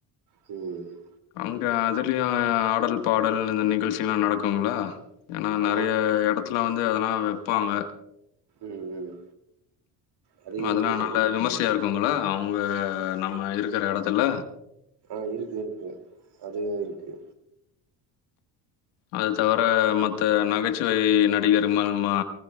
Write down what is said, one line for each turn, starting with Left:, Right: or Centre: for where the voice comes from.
Right: ம்
Left: அங்கே அதுலேயு ஆடல் பாடல் இந்த நிகழ்ச்சிங்கலா நடக்குங்ளா ஏன்னா நறைய
Right: ஆமா.
Left: எடத்துல வந்து அதெல்லா வெப்பாங்க
Right: ம் ம் அது
Left: அதெல்லா
Right: இருக்கு சகோ.
Left: நல்ல விமர்சையா இருக்குங்களா அவுங்க நம்ம இருக்குற எடத்துல
Right: ஆ இருக்கு இருக்கூ அதுவு இருக்கு
Left: அதத் தவர மத்த நகைச்சுவை நடிகரு மல்மா